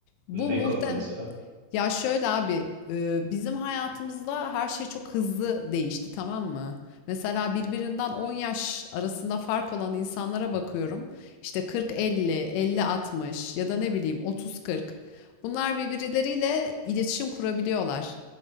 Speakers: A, on the left (about 80°); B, on the right (about 25°).
A: Bu
B: Ne
A: muhtem
B: konuda mesela?
A: ya şöyle abi, e, bizim hayatımızda her şey çok hızlı değişti, tamam mı? Mesela birbirinden 10 yaş arasında fark olan insanlara bakıyorum. İşte kırk, elli, elli 60 ya da ne bileyim otuz, kırk. Bunlar birbirleriyle iletişim kurabiliyorlar.